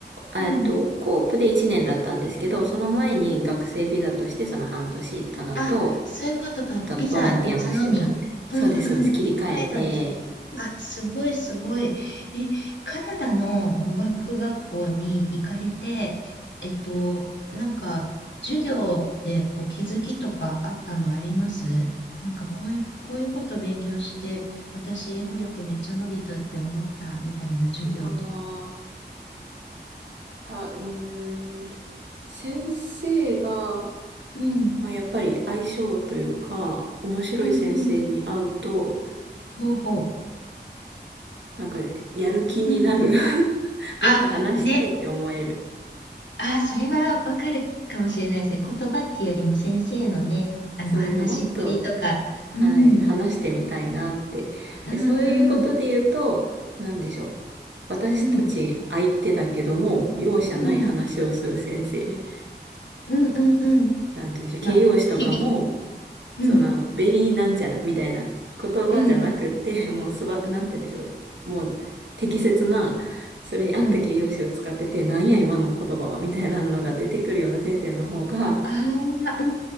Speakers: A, on the right; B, on the left.
A: えっと、
B: うん、
A: コープで1年だったんですけど、その前に学生ビザとしてその半年行ったのと、
B: うん、うん。あ、そういうことか。
A: あと、
B: ビザ別のに。
A: ボランティアもしてたので。
B: うんうん。
A: そうです、そうです。切り替えて、
B: 切り替えたんです。あ、すごいすごい。え、カナダの語学学校に行かれて、えっと、なんか、授業でこう気づきとかあったのありますなんかこういう、こういうこと勉強して、私英語力めっちゃ伸びたって思ったみたいな授業とか。
A: ああ、た、うーん、先生が、
B: うん、
A: まあ、やっぱり相性というか、面白い先生に会うと、
B: うん、うん。ほうほう。
A: なんか、やる気になる
B: うん。
A: <laughs>
B: あ、
A: もっと話したいって思える。
B: ね、ああ、それはわかるかもしれないですね。言葉っていうよりも先生のね、あの話しっぷりとか、
A: そうです。もっと、はい、
B: うん、
A: 話してみたいなって。
B: うん、
A: で、そういうことで言うと、
B: うん、
A: なんでしょう。私たち相手だけども、
B: うん、
A: 容赦ない話をする先生。
B: うん、うん、うん、うん、
A: なんて言うんでしょう。
B: まあ、
A: 形容詞とかも、
B: き々、
A: その、
B: うん、
A: ベリーなんちゃらみたいな言葉じゃなくって、
B: うん、
A: <laughs> もうすば、なんて言うんでしょう。もう適切な、それに合った形容詞を使ってて、
B: うん、
A: なんや今の言葉は、
B: うん。
A: みたいなのが出てくるような先生の方が、
B: ああ、う